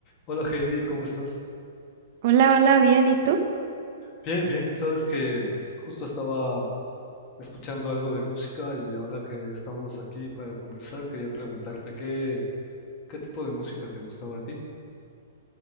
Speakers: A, on the left; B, on the right.
A: Hola Heidi, ¿cómo estás?
B: Hola, hola, bien, ¿y tú?
A: Bien, bien. Sabes que justo estaba escuchando algo de música y ahora que estamos aquí para conversar, quería preguntarte qué, qué tipo de música te gustaba a ti.